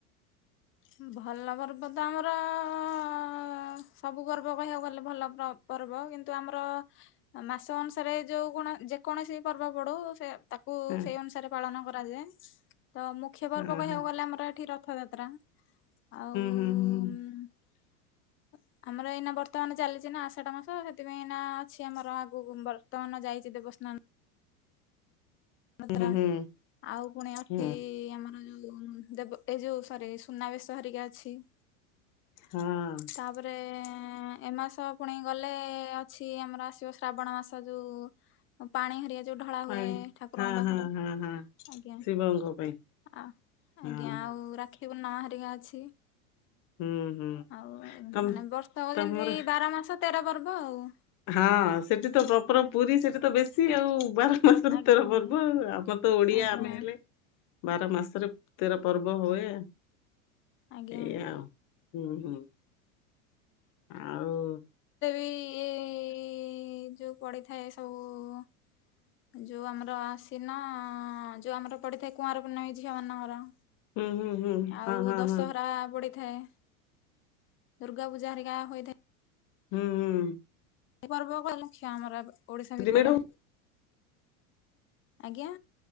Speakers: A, on the left; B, on the left.
A: ହୁଁ ଭଲ ପର୍ବ ତ ଆମର ଅଁ ସବୁ ପର୍ବ କହିଆକୁ ଗଲେ ଭଲ ପ୍ର ପର୍ବ କିନ୍ତୁ ଆମର ଆ ମାସ ଅନୁସାରେ ଯୋଉ କୋଣ ଯେକୌଣସି ପର୍ବ ପଡୁ ସେ ତାକୁ
B: ହଁ
A: ସେଇ ଅନୁସାରେ ପାଳନ କରାଯାଏ ତ ମୁଖ୍ୟ ପର୍ବ
B: ହଁ
A: କହିଆକୁ
B: ହଁ
A: ଗଲେ ଆମର ଠି ରଥଯାତ୍ରା ଆଉ
B: ହୁଁ
A: ଉଁ
B: ହୁଁ
A: ଆ ଆମର ଏଇନା ବର୍ତ୍ତମାନ ଚାଲିଛି ନା ଆଷାଢ ମାସ ସେଥିପାଇଁ ଏଇନା ଅଛି ଆମର ଆଗୁକୁ <unintelligible> ତମାନ ଯାଇଚି ଦେବସ୍ନା ମାତ୍ରା
B: ହୁଁ ହୁଁ ହୁଁ
A: ଆଉ ଫୁଣି ଅଛି
B: ହୁଁ
A: ଆମର ଯୋଉ ଉଁ ଦେବ ଏ ଯୋଉ ସରି ସୁନାବେେଶ ହେରିକା ଅଛି।
B: ହଁ।
A: ତାପରେ ଏଁ ଏ ମାସ ଫୁଣି ଗଲେ ଅଛି ଆମର ଆସିବ ଶ୍ରାବଣ ମାସ ଯୋଉ ହଁ ପାଣି ହରିଆ ଯୋଉ ଢଳା
B: ପାଣି
A: ହୁଏ ଠାକୁରଙ୍କ
B: ହଁ
A: ପାଖରେ
B: ହଁ ହଁ ହଁ
A: ଆଜ୍ଞା
B: ଶିବଙ୍କ ପାଇଁ
A: ଆ
B: ହଁ
A: ଆଜ୍ଞା
B: ହଁ
A: ଆଉ ଉ ରାକ୍ଷୀ ପୂର୍ଣ୍ଣା ହରିକା ଅଛି।
B: ହୁଁ ହୁଁ
A: ଆଉ
B: ତମ
A: ମାନେ ବର୍ଷକ
B: ତମର
A: ଯେନ୍ତି ବାର ମାସ ତେର ପର୍ବ ଆଉ।
B: ହଁ ସେଠି ତ ପ୍ରପର ପୁରୀ ସେଠି ତ ବେଶୀ ଆଉ ବାର ମାସରେ
A: ଆଜ୍ଞା
B: ତେର ପର୍ବ
A: ଆଜ୍ଞା।
B: ଆଉ ଆମ ତ ଓଡିଆ
A: ଆଜ୍ଞା
B: ଆମେ ହେଲେ ବାର ମାସେରେ ତେର ପର୍ବ ହୁଏ।
A: ଆଜ୍ଞା
B: ଏଇଆ ଆଉ ହୁଁ ହୁଁ ଆଉ
A: ତେ ବି ଏଇ ଯୋଉ ପଡିଥାଏ ସବୁ ଯୋଉ ଆମର ଆଶିନ ଯୋଉ ଆମର ପଡିଥାଏ କୁଆଁର ପୁନେଇଁ ଝିଅମାନଙ୍କର
B: ହୁଁ ହୁଁ ହୁଁ
A: ଆଉ
B: ହଁ ହଁ
A: ଦଶହରା
B: ହଁ
A: ପଡି ଥାଏ ଦୁର୍ଗା ପୂଜା ହେରିକା ହୋଇଥାଏ।
B: ହୁଁ ହୁଁ।
A: ଏଇ ପର୍ବ <unintelligible> ଲକ୍ଷ ଆମର ଓଡିଶା
B: ସେଠି
A: ଭିତେରେ
B: ମେଢ
A: ଆଜ୍ଞା।